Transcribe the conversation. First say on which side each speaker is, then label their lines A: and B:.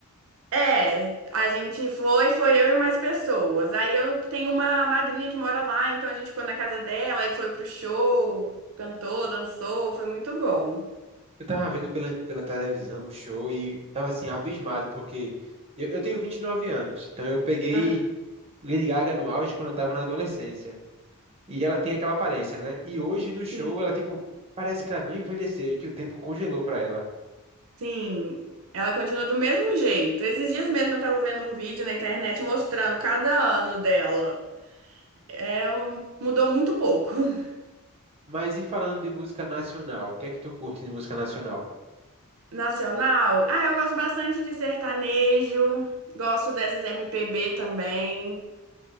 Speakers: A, on the right (about 65°); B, on the right (about 25°).
A: É, a gente foi, foi eu e mais pessoas. Aí eu tenho uma madrinha que mora lá, então a gente ficou na casa dela e foi pro show, cantou, dançou, foi muito bom.
B: Eu tava vendo pela, pela televisão o show e tava assim, abismado, porque eu, eu tenho 29 anos, então eu peguei
A: ah,
B: Lady Gaga no auge quando eu tava na adolescência. E ela tem aquela aparência, né? E hoje no show
A: sim.
B: ela, tipo, parece que ela não envelheceu e que o tempo congelou pra ela.
A: Sim, ela continua do mesmo jeito. Esses dias mesmo eu tava vendo um vídeo na internet mostrando cada ano dela. É, um- mudou muito pouco. <laughs>
B: Mas e falando de música nacional, o que é que tu curte de música nacional?
A: Nacional? Ah, eu gosto bastante de sertanejo, gosto dessas MPB também.